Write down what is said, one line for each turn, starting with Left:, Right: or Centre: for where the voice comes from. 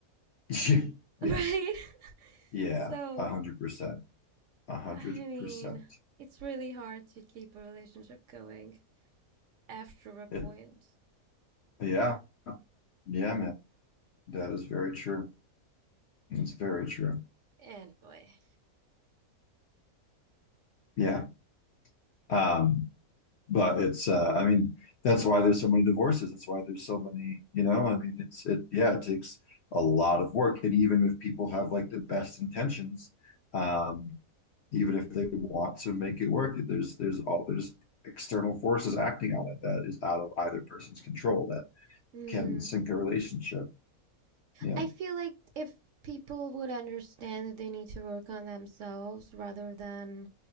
Left: <laughs>
Right: <laughs> right?
Left: Yes.
Right: <laughs>
Left: Yeah.
Right: So,
Left: A hundred percent. A hundred
Right: I mean,
Left: percent.
Right: it's really hard to keep a relationship going after a point.
Left: It. Yeah. Yeah, man. That is very true. It's very true.
Right: Anyway.
Left: Yeah. Um, but it's uh I mean, that's why there's so many divorces. That's why there's so many, you know, I mean it's it yeah, it takes a lot of work. And even if people have like the best intentions, um, even if they want to make it work, there's there's all there's external forces acting on it that is out of either person's control.
Right: Mm-hmm.
Left: can sink a relationship. Yeah.
Right: I feel like if people would understand that they need to work on themselves rather than